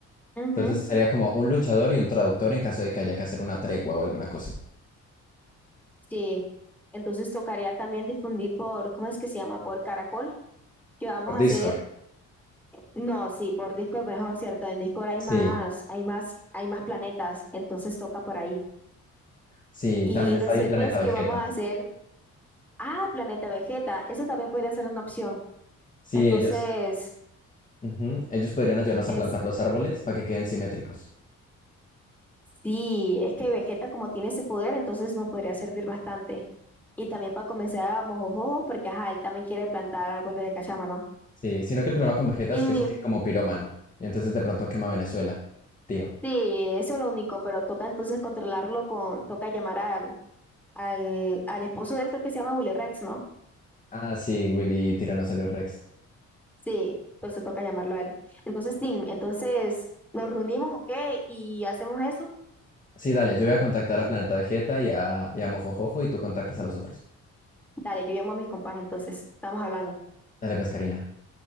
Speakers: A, in the centre; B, on the left.
A: Ujú,
B: Entonces sería como un luchador y un traductor en caso de que haya que hacer una tregua o alguna cosa.
A: sí. Entonces tocaría también difundir por, ¿cómo es que se llama? Por Caracol, que vamos
B: Por Discord.
A: a hacer No, sí, por Discord mejor, ¿cierto? En Discord hay más,
B: Sí,
A: hay más, hay más planetas, entonces toca por ahí.
B: sí,
A: Y
B: también está
A: decirles
B: ahí Planeta Vegeta.
A: que vamos a hacer, ah, Planeta Vegeta, eso también podría ser una opción.
B: Sí,
A: Entonces,
B: ellos, ujú, ellos podrían ayudarnos
A: es,
B: a plantar los árboles para que queden simétricos.
A: sí, es que Vegeta como tiene ese poder, entonces nos podría servir bastante. Y también para comenzar a Mojojojo, porque ajá, él también quiere plantar árboles de cachama, ¿no?
B: Sí, sino que el problema con Vegeta
A: Y
B: es que es así como pirómano. Y entonces de pronto quema Venezuela, tío.
A: sí, eso es lo único, pero toca entonces controlarlo con, toca llamar al, al, al esposo de él, creo que se llama Willy Rex, ¿no?
B: Ah, sí, Willy y Tiranosaurio Rex.
A: Sí, entonces toca llamarlo a él. Entonces, Tim, entonces nos reunimos, ¿ok? Y hacemos eso.
B: Sí, dale, yo voy a contactar a Planeta Vegeta y a, y a Mojojojo y tú contactas a los otros.
A: Dale, yo llamo a mis compas, entonces estamos hablando.
B: Dale, pues, Karina.